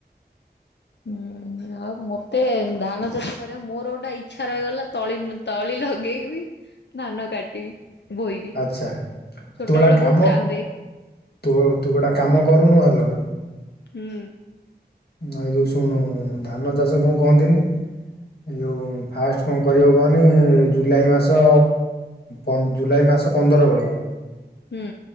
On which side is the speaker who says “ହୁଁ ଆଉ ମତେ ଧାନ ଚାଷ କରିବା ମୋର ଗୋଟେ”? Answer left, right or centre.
Left